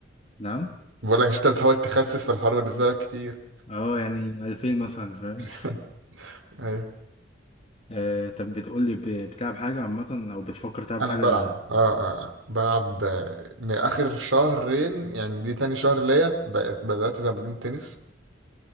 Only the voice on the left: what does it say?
نعم
اه يعني 2000 مثلا فاهم
آه، طب بتقول لي بتلعب حاجة عامة أو بتفكر تلعب
حاجة